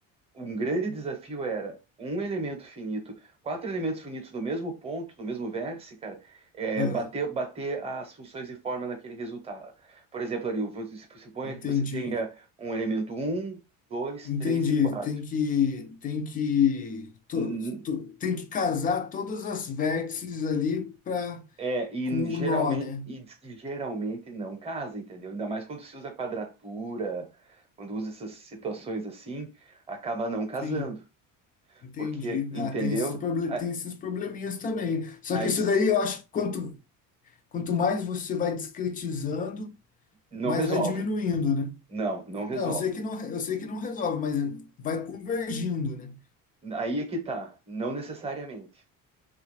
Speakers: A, on the right (about 15°); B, on the left (about 25°).
A: um grande desafio era um elemento finito, quatro elementos finitos no mesmo ponto, no mesmo vértice, cara, é,
B: Ah,
A: bater, bater as funções e forma naquele resultado. Por exemplo, ali, você se suponha
B: entendi.
A: que você tenha um elemento um 2
B: Entendi.
A: 3 e quatro
B: Tem que, tem que, to-
A: Hum,
B: to- tem que casar todas as vértices ali para
A: É, e
B: com o
A: geralmente,
B: nó, né?
A: e diz que geralmente não casa, entendeu? Ainda mais quando se usa quadratura, quando usa essas situações assim, acaba não casando,
B: Sim. Entendi.
A: porque, entendeu?
B: Ah, tem esses proble-
A: A-
B: tem esses probleminhas também. Só
A: Aí
B: que isso
A: s-
B: daí eu acho que quanto, quanto mais você vai discretizando,
A: não
B: mais
A: resolve,
B: vai diminuindo, né?
A: Não, não resolve.
B: Não, eu sei que não, eu sei que não resolve, mas vai convergindo, né?
A: Aí é que tá, não necessariamente.